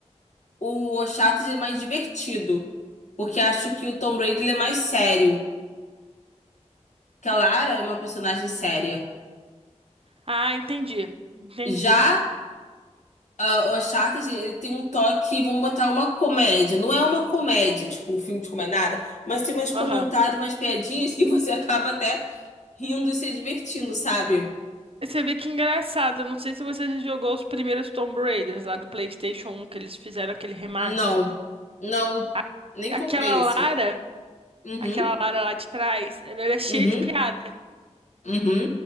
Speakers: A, on the left; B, on the right.
A: o Uncharted é mais divertido. Porque acho que o Tomb Raider ele é mais sério. Que a Lara é uma personagem séria.
B: Ah, entendi. Entendi.
A: Já ah, o Uncharted, ele tem um toque, vamos botar uma comédia. Não é uma comédia, tipo um filme de comédia, nada, mas tem umas comentários,
B: Aham.
A: umas piadinhas que <laughs> você acaba até rindo e se divertindo, sabe?
B: Você vê que engraçado, eu não sei se você já jogou os primeiros Tomb Raiders lá do PlayStation 1, que eles fizeram aquele remaster.
A: Não, não,
B: A-
A: nem
B: Aquela
A: comprei
B: Lara,
A: esse. Uhum,
B: aquela Lara lá de trás, ela era cheia
A: uhum,
B: de piada.
A: uhum,